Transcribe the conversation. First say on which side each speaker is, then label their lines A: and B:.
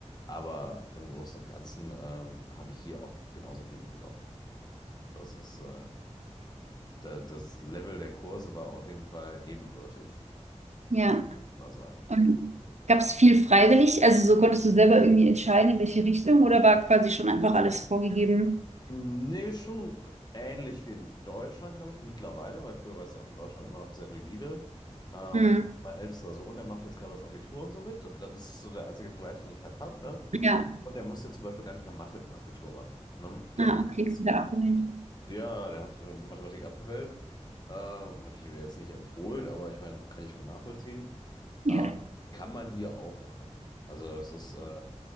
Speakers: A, on the left; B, on the right.
A: Aber im Großen und Ganzen ähm, habe ich hier auch genauso viel mitgenommen. Das ist, äh, da, das Level der Kurse war auf jeden Fall ebenbürtig,
B: Ja.
A: mal sagen.
B: Und gab es viel freiwillig? Also so konntest du selber irgendwie entscheiden, in welche Richtung oder war quasi schon einfach alles vorgegeben?
A: Nee, schon ähnlich wie in Deutschland, glaube ich, mittlerweile, weil früher war es ja auch in Deutschland immer noch sehr rigide. Ähm,
B: Hm.
A: mein ältester Sohn, der macht jetzt gerade das Abitur und so mit. Das, das ist so der einzige Vergleich, den ich halt habe, ne?
B: Ja,
A: Und der muss jetzt zum Beispiel gar nicht mehr Mathe im Abitur machen. Ne? Der
B: ah,
A: macht
B: okay,
A: jetzt,
B: wieder abwählen.
A: ja, der hat äh, Mathematik abgewählt. Ähm, habe ich ihm jetzt nicht empfohlen, aber ich meine, kann ich schon nachvollziehen.
B: Ja.
A: Ähm, kann man hier auch machen. Also es ist äh,